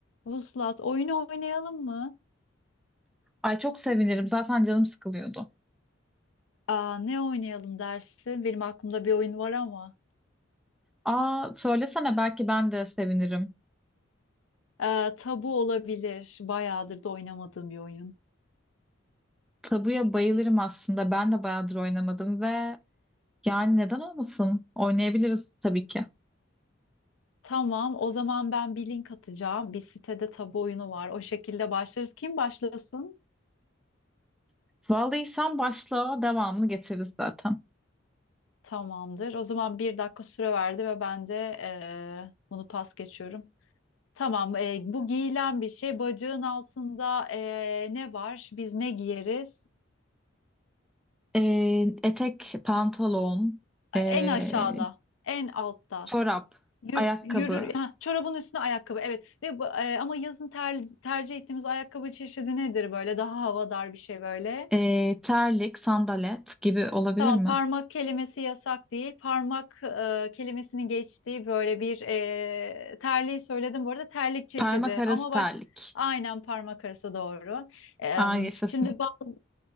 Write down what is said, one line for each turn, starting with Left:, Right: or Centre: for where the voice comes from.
Left: Vuslat, oyunu oynayalım mı?
Centre: Ay çok sevinirim. Zaten canım sıkılıyordu.
Left: Aa, ne oynayalım dersin? Benim aklımda bir oyun var ama.
Centre: Aa söylesene belki ben de sevinirim.
Left: Ee, tabu olabilir. Bayağıdır da oynamadığım bir oyun.
Centre: Tabuya bayılırım aslında. Ben de bayağıdır oynamadım ve yani neden olmasın? Oynayabiliriz tabii ki.
Left: Tamam, o zaman ben bir link atacağım. Bir sitede tabu oyunu var. O şekilde başlarız. Kim başlasın?
Centre: Vallahi sen başla, devamını getiririz zaten.
Left: Tamamdır. O zaman bir dakika süre verdi ve ben de eee, bunu pas geçiyorum. Tamam, eee, bu giyilen bir şey. Bacağın altında eee, ne var? Biz ne giyeriz?
Centre: Ee, etek, pantolon, ee,
Left: En aşağıda, en altta.
Centre: çorap,
Left: Yür,
Centre: ayakkabı,
Left: yürür, ha, çorabın üstüne ayakkabı evet ve bu, e, ama yazın ter- tercih ettiğimiz ayakkabı çeşidi nedir böyle daha havadar bir şey böyle.
Centre: ee, terlik, sandalet gibi olabilir
Left: Tamam
Centre: mi?
Left: parmak kelimesi yasak değil parmak e, kelimesinin geçtiği böyle bir e, terliği söyledim bu arada terlik çeşidi
Centre: Parmak arası
Left: ama
Centre: terlik.
Left: baş, aynen parmak arası doğru. Em,
Centre: Aa yaşasın.
Left: şimdi bazı,